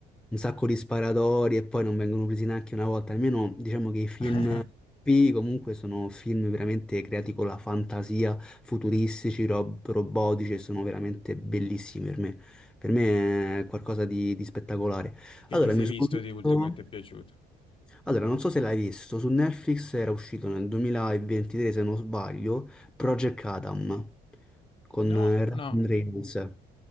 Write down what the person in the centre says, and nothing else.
un sacco di sparatori e poi non vengono presi neanche una volta. Almeno diciamo che i film
P comunque sono film veramente creati con la fantasia, futuristici, rob- robotici e sono veramente bellissimi per me. Per me è qualcosa di, di spettacolare.
Allora,
mi sono
visto...
Allora, non so se l'hai visto, su Netflix era uscito nel 2023, se non sbaglio, Project Adam con
eh, Ryan
Reynolds.